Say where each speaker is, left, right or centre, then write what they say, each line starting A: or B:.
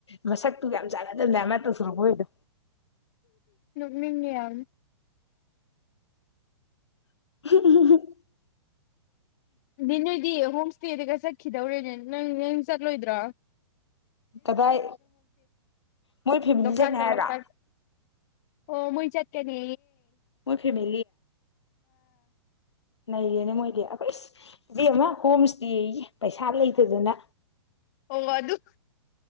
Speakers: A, on the left; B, on the left.
A: ꯃꯁꯛꯇꯨ ꯌꯥꯝ ꯆꯥꯟꯅꯗꯕꯅꯦ ꯑꯃ ꯁꯔ ꯍꯣꯏꯗ
B: ꯃꯤꯉ ꯌꯥꯝ
A: <unintelligible>
B: ꯕꯤꯅꯨ ꯗꯤ ꯍꯣꯝ ꯏꯁꯇꯦꯗꯤꯒ ꯆꯠꯈꯤꯗꯧꯔꯦꯅꯦ ꯅꯪ ꯅꯪ ꯆꯠꯂꯣꯏꯗ꯭ꯔꯥ
A: ꯀꯗꯥꯏ ꯃꯣꯏ ꯐꯦꯃꯤꯂꯤꯁꯤꯅ
B: ꯂꯣꯛꯇꯥꯛꯇ
A: ꯍꯥꯏꯔ
B: ꯂꯣꯛꯇꯥꯛꯇ ꯑꯣ ꯃꯟꯆ ꯀꯗꯤ
A: ꯃꯣꯏ ꯐꯦꯃꯤ ꯅꯩꯔꯦꯅꯦ ꯃꯣꯏꯗꯤ ꯑꯩꯈꯣꯏ ꯏꯕꯦꯝ ꯑꯃ ꯍꯣꯝ ꯏꯁꯇꯦ ꯄꯩꯁꯥ ꯂꯩꯇꯗꯅ
B: ꯑꯣ ꯑꯗꯨ